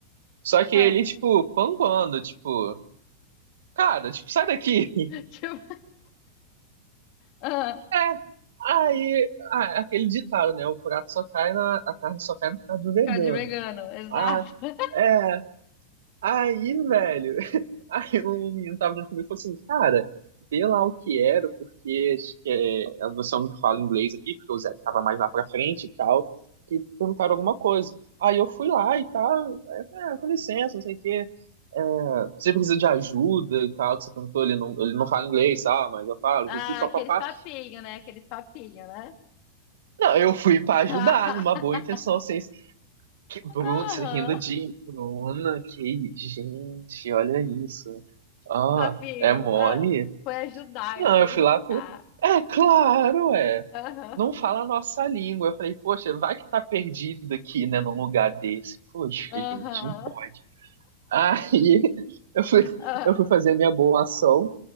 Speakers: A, on the right; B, on the left.
A: Só que
B: Ah,
A: ele, tipo, pambando, tipo, cara, tipo, sai daqui. <laughs>
B: <laughs> tipo, ah,
A: É, aí, ah, aquele ditado, né, o prato só cai na, a carne só cai no prato do vegano.
B: cara de vegano, exato.
A: Ah,
B: <laughs>
A: é. Aí, velho, <laughs> aí o menino tava junto comigo e falou assim, cara, vê lá o que era, porque acho que é, a versão não fala inglês aqui, porque o Zé tava mais lá pra frente e tal, que perguntaram alguma coisa. Aí eu fui lá e tal, é, é, com licença, não sei o quê, é, você precisa de ajuda e tal, que você perguntou, ele não, ele não fala inglês, ah, mas eu falo,
B: Ah,
A: e papapá.
B: aqueles papinhos, né? Aqueles papinhos, né?
A: Não, eu fui pra ajudar,
B: <laughs>
A: numa boa intenção, sem Que Bruno,
B: Aham,
A: você rindo de Bruna, que gente, olha isso. Ah,
B: Os papinho.
A: é mole?
B: ah. Foi ajudar,
A: Não,
B: eu fui
A: eu
B: ajudar.
A: fui lá por... É claro, é.
B: Aham,
A: Não fala a nossa língua. Eu falei, poxa, vai que tá perdido aqui, né, num lugar desse. Poxa,
B: aham,
A: gente, não pode. Aí <laughs> eu fui,
B: ah,
A: eu fui fazer minha boa ação,